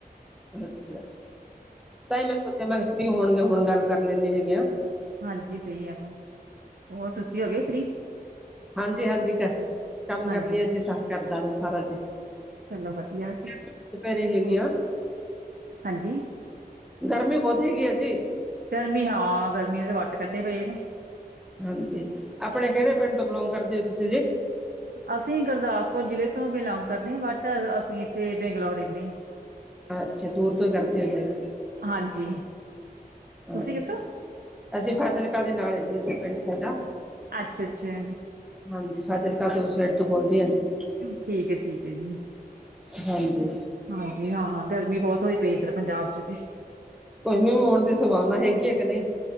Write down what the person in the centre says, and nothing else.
ਅੱਛਾ ਤਾਂ ਹੀ ਮੈਂ ਸਚਿਆ ਮੈਂ ਫਰੀ ਹੋਣਗੇ ਹੁਣ ਗੱਲ ਕਰ ਲੈਂਦੇ ਹੈਗੇ ਆ।
ਹਾਂਜੀ ਹਾਂਜੀ ਕੇਹ ਕੰਮ
ਕਰ ਲਏ ਜੀ ਸ ਕਰਦਾ ਦਾ ਸਾਰਾ ਜੀ
ਦੁਪਹਿਰੇ ਹੈਗੀ
ਆ
ਗਰਮੀ ਬਹੁਤ ਹੈਗੀ ਆ ਜੀ।
ਹਾਂਜੀ ਆਪਣੇ ਕਿਹੜੇ ਪਿੰਡ ਤੋਂ ਬਿਲੋਂਗ ਕਰਦੇ ਹੋ ਤੁਸੀਂ ਜੀ?
ਅੱਛਾ ਦੂਰ ਤੋਂ ਹੀ ਕਰਦੇ ਹੋ ਜੇ
ਅੱਛਾ
ਜੀ ਅਸੀਂ ਫਾਜ਼ਿਲਕਾ ਦੇ ਨਾਲ ਜੀ ਉਥੇ ਪਿੰਡ ਸਾਡਾ
ਹਾਂਜੀ ਫਾਜ਼ਿਲਕਾਾਂ ਤੋਂ ਓਸ ਸਾਈਡ ਤੋਂ ਬੋਲਦੀ ਹਾਂ ਜੀ।
ਹਾਂਜੀ
ਕੋਈ ਮਿਓ ਆਉਣ ਦੀ ਸੰਭਾਵਨਾ ਹੈਗੀ ਹੈ ਕਿ ਨਹੀਂ